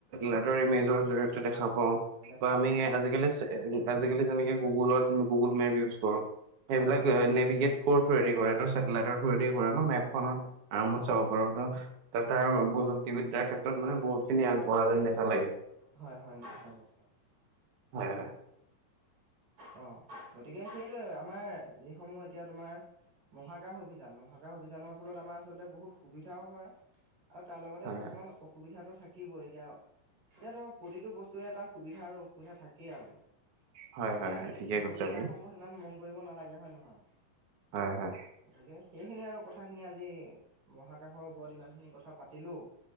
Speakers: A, on the right; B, on the right.
A: লৰ ইমেজৰ জৰিত দেখা পাও
B: দেখা
A: বা আমি
B: পাওঁ, হয়,
A: আজিকালি আজিকালি যেনেকে গুগুলত -গুগল মেপ ইউজ কৰো সেইবিলাক
B: হয়,
A: নেভিগেট থ্ৰে কৰে নেটেলাইটৰ থ কৰে ন মেপ আৰম্ভ
B: হয়, হয়,
A: চাব। পাৰো ত তাৰ প্ৰযুক্তিবিদ্যাৰ ক্ষেত্ৰত মানে বহুত খিনি আগবঢ়া যেন দেখা লাগে।
B: হয় - হয় নিশ্চয় - নিশ্চয়।
A: হয় হয়
B: অ' গতিকে সেইটোৱে আমাৰ যিসমূহ এতিয়া তোমাৰ মহাকাশ অভিযান। মহাকাশ অভিযানৰ ফলত আমাৰ আচলতে বহুত সুবিধাও হয় আৰু তাৰ লগতে
A: হয়
B: কিছুমান অসুবিধাটো থাক কিবই এতিয়া, এতিয়া তোমাৰ প্ৰতিটো বস্তুৰে এটা সুবিধা আৰু অসুবিধা থাকেই আৰু।
A: হয়। হয়
B: তিয়া আমি
A: হয় ঠিকে
B: অসুবিধাসমূহ
A: কৈছে আপুনি
B: সিমান মন কৰিব নালাগে, হয় নে নহয়?
A: হয় - হয়।
B: গতিকে সেইখিনি আৰু কথাখিনি আজি মহাকাশৰ ওপৰত ইমানখিনি কথা পাতিলোঁ।